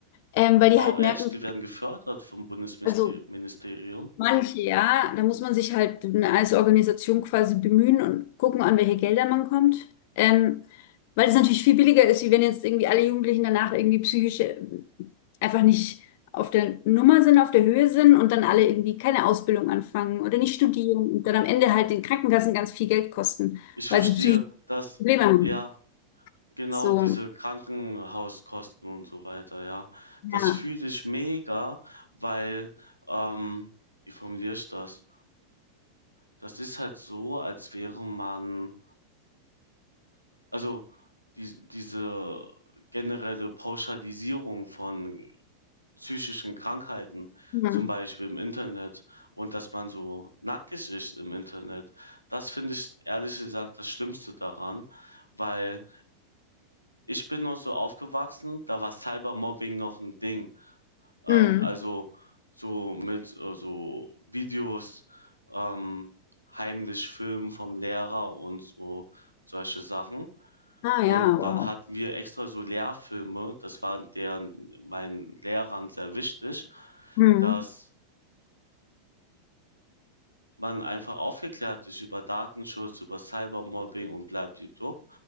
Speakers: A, on the left (about 50°); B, on the left (about 80°).
A: ähm, weil die
B: wow,
A: halt merken,
B: echt? Die werden gefördert vom Bundesministerium.
A: also Manche, ja, da muss man sich halt als Organisation quasi bemühen und gucken, an welche Gelder man kommt. Ähm, weil es natürlich viel billiger ist, wie wenn jetzt irgendwie alle Jugendlichen danach irgendwie psychisch äh, einfach nicht auf der Nummer sind, auf der Höhe sind und dann alle irgendwie keine Ausbildung anfangen oder nicht studieren und dann am Ende halt den Krankenkassen ganz viel Geld kosten,
B: Ich
A: weil
B: verstehe,
A: sie psychische
B: dass,
A: Probleme haben.
B: ja, Genau,
A: So,
B: diese Krankenhauskosten und so weiter, ja.
A: ja.
B: Das fühle ich mega, weil, ähm, wie formuliere ich das? Das ist halt so, als wäre man, also die, diese generelle Pauschalisierung von psychischen Krankheiten,
A: Hm.
B: zum Beispiel im Internet, und dass man so nackig ist im Internet, das finde ich ehrlich gesagt das Schlimmste daran, weil Ich bin noch so aufgewachsen, da war Cybermobbing noch ein Ding. Ähm,
A: Hm.
B: also, so mit, äh, so Videos, ähm, heimlich filmen vom Lehrer und so solche Sachen.
A: Ah
B: Und
A: ja, wow.
B: dann hatten wir extra so Lehrfilme, das war deren meinen Lehrern sehr wichtig,
A: Hm.
B: dass man einfach aufgeklärt ist über Datenschutz, über Cybermobbing und blablabla.